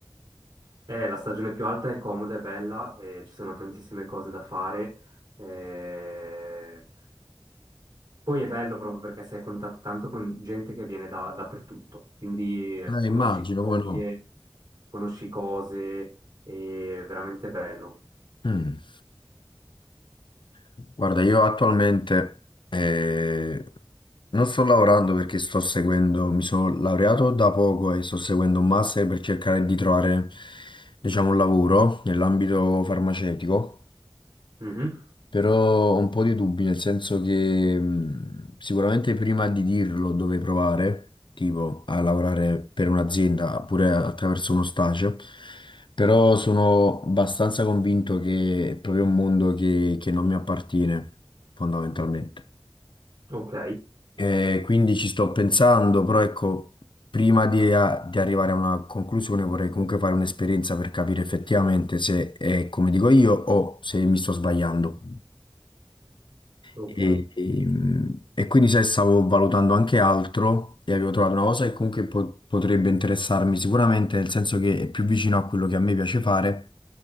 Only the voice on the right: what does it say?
Eh, la stagione più alta è comoda, è bella, eh, ci sono tantissime cose da fare. eh, Poi è bello proprio perché sei a contatto tanto con gente che viene da, dappertutto, quindi eh,
conosci
storie,
conosci cose, è veramente bello.
Mhm,
Ok,
ok,